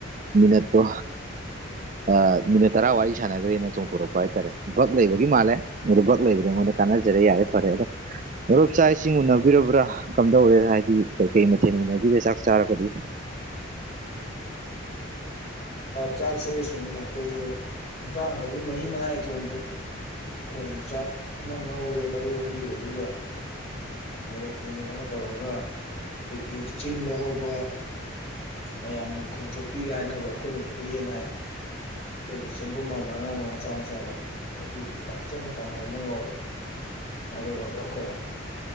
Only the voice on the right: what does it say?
ꯃꯤꯅꯠꯇꯣ ꯑ ꯃꯤꯅꯤꯠ ꯇꯔꯥ ꯋꯥꯔꯤ ꯁꯥꯟꯅꯈ꯭ꯔꯦꯅ ꯆꯣꯡꯊꯣꯔꯛꯄ ꯍꯥꯏꯇꯥꯔꯦ ꯕꯛ ꯂꯩꯕꯒꯤ ꯃꯥꯜꯂꯦ ꯑ ꯕꯛ ꯂꯩꯕꯅꯤꯉꯣꯟꯗ ꯀꯅꯖꯔ ꯌꯥꯏꯦ ꯐꯔꯦꯔꯦ ꯂꯧꯂꯣꯞ ꯆꯥꯛ ꯏꯁꯤꯡ ꯎꯅꯕꯤꯔꯕ꯭ꯔꯥ ꯀꯝꯗꯧꯔꯦ ꯍꯥꯏꯗꯤ ꯀꯩꯀꯩ ꯃꯊꯦꯜ ꯎꯅꯕꯤꯔꯦ ꯆꯥꯛ ꯆꯥꯔꯒꯗꯤ <inaudible>
<inaudible>